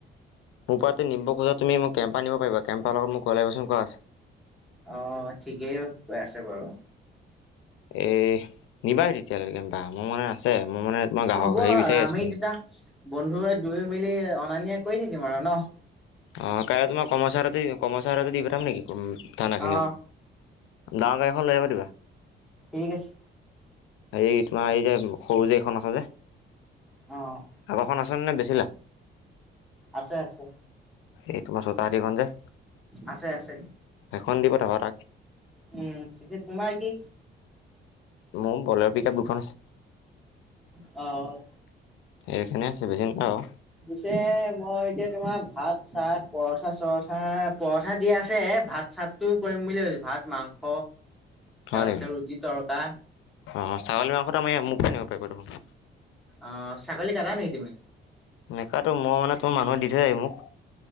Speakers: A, on the left; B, in the centre.
A: মোৰ পৰাতে নিব খোজা তুমি মোক কেম্প নিব পাৰিবা, কেম্পা লগত মোৰ কলাবৰেচন কৰা আছে।
B: অ', ঠিকেই কৈ আছে বাৰু।
A: এ নিবাহি তেতিয়া হ'লে কেম্পা মোৰ মানে আছে, মই মানে তোমাৰ গ্ৰাহক
B: হ'ব
A: হেৰি
B: আৰু
A: বিচাৰি
B: আমি
A: আছো।
B: দুটা বন্ধুৱে দুুইও মিলি অনা-নিয়া কৰি থাকিম আৰু ন'?
A: অ, কাইলৈ তোমাৰ কৰ্মাচাৰী হাততে কৰ্মচাৰীৰ হাততে দি পঠাম নেকি ঠাণ্ডা
B: অ'
A: খিনিও? ডাঙৰ গাড়ীএখন লৈ আহিবা দিবা।
B: ঠিক আছে।
A: এই তোমাৰ এই যে সৰু যে এইখন আছ যে।
B: অ'।
A: আগৰ খন আছেনে নে বেছিলা?
B: আছে আছে।
A: এই তোমাৰ চ'তাহতি খন যে।
B: আছে আছে।
A: সেইখন দি পঠাবা তাক।
B: উম, পিছে তোমাৰ কি
A: মোৰ বলেৰ' পিক আপ দুখন আছে।
B: অ'।
A: এইখিনিয়ে আছে বেছি <unintelligible>
B: পিছে মই এতিয়া তোমাৰ ভাত-চাত, পৰঠা-চৰঠা পৰঠা দিয়া আছে ভাত-চাত কৰিম বুলি ভাবিছো, ভাত মাংস
A: হয়
B: তাৰপিছত
A: নেকি?
B: ৰুটি তৰকা।
A: অ', ছাগলী মাংসটো আমি মোৰ পৰাই নিব পাৰিবা দেখোন।
B: অ', ছাগলী কাটা নেকি তুমি?
A: নেকাটো মই মানে তোমাৰ মানুহে দি থৈ যায় হি মোক,